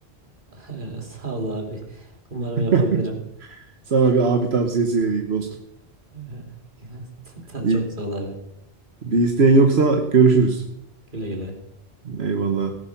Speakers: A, on the right; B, on the right.
A: <laughs> Ee, Sağ ol abi. Umarım
B: <laughs>
A: yapabilirim.
B: Sana bir abi tavsiyesi vereyim dostum.
A: Ee, <laughs> Ta- ta-
B: İyi.
A: Çok sağ ol abi.
B: Bir isteğin yoksa görüşürüz.
A: Güle güle.
B: Eyvallah.